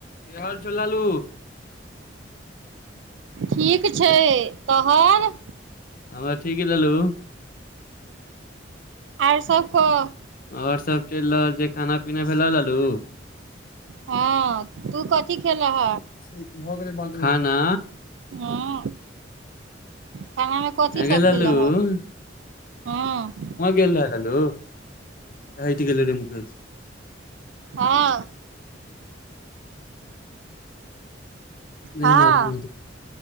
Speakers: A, on the left; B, on the right.
A: की हाल चाल लालू
B: ठीक छै तोहर
A: ह ठीक रहलू
B: आओर सब कह
A: आओर सभ चलि रहल जे खाना पीना भेल रहलू
B: हँ तू कथी खेलह
A: ठीक भऽ गेलै बाल खाना
B: ह खानामे कथीसभ
A: अगे लालू
B: खेल
A: घूमऽ
B: ह ह हँ
A: गेल रहे लालू हटि गेलै रे मुकेश
B: हँ
A: नहि
B: हँ
A: नहि अपने